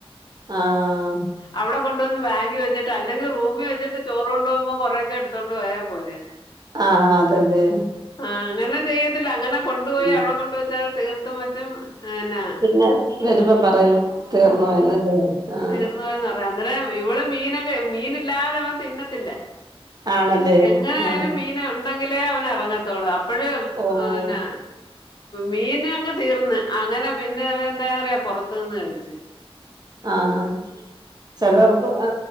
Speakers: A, on the right (about 40°); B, on the left (about 45°).
A: ആഹ്
B: അവടെ കൊണ്ട് വിന്ന് ബാങ്കി വച്ച്ട്ട് അല്ലെങ്കി റൂമി വെച്ച്ട്ട് ചോറ് കൊണ്ട് പോക്കുമ്പോ കൊറേ ഒക്കെ എടുത്തോണ്ട് പോയാ പോരേ.
A: ആഹ അ, അതല്ലെ.
B: ആഹ, അങ്ങനെ ചെയ്യത്തില്ല. അങ്ങനെ കൊണ്ടുപോയി
A: ഉം.
B: അവിടെ കൊണ്ട് വച്ചാ തീർത്തും വെച്ചും അന്നാ..
A: ഞാൻ വരുമ്പം പറയും തീർന്നുപോയെന്നല്ലേ. ആ.
B: ർന്ന് പറയാ, അന്നരെ ഇവള് മീനൊക്കെ മീനില്ലാതെ അവൻ തിന്നത്തില്ല.
A: ആണല്ലേ
B: എങ്ങനെ
A: ആഹ്
B: ആയാലും മീന ണ്ടെങ്കിലേ അവന് ഇറങ്ങത്തുള്ളു. അപ്പോഴും
A: ഓഹ്
B: അന്നാ... മീന് അങ്ങ് തീർന്ന് അങ്ങനെ പിന്നെ അവൻ എന്താെന്നറിയോ പുറത്തു നിന്ന് കഴിച്ചു.
A: ആഹ്. ചെലവർക്ക് ആ.